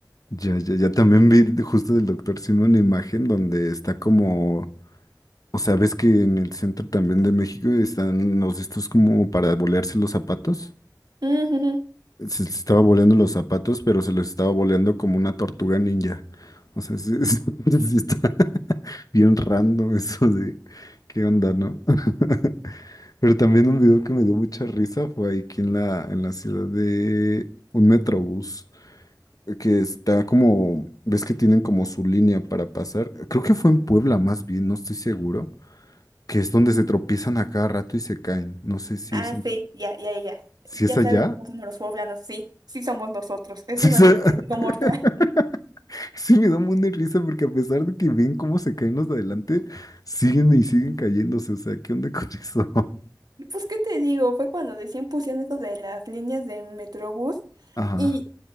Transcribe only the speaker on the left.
Ya, ya, ya también vi de- justo del Doctor Simi una imagen donde está como, o sea, ves que en el centro también de México están los de estos como para bolearse los zapatos.
se les estaba boleando los zapatos, pero se les estaba boleando como una tortuga ninja. O sea, sí, <laughs> sí- sí está <laughs> bien random eso de qué onda, ¿no? <laughs> Pero también un video que me dio mucha risa fue ahí aquí en la, en la ciudad de un metrobús, eh, que está como, ves que tienen como su línea para pasar. Creo que fue en Puebla más bien, no estoy seguro, que es donde se tropiezan a cada rato y se caen. No sé si
es, en-
si es
allá.
<laughs>
Si
es a-
<laughs> Sí, me da un buen de risa porque a pesar de que ven cómo se caen los de adelante, siguen y siguen cayéndose. O sea, ¿qué onda con eso? <laughs>
Ajá.